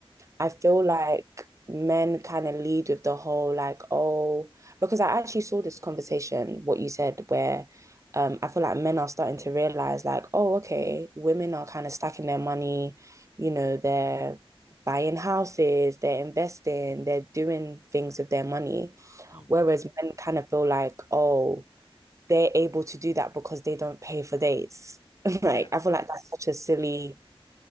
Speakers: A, on the right; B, on the left.
A: I feel like men kind of lead with the whole like, oh, because I actually saw this conversation, what you said, where um, I feel like men are starting to realize like, oh, okay, women are kind of stacking their money, you know, they're buying houses, they're investing, they're doing things with their money.
B: mm.
A: Whereas men kind of feel like, oh, they're able to do that because they don't pay for dates. <laughs> Like,
B: Yeah, of
A: I feel like that's such a silly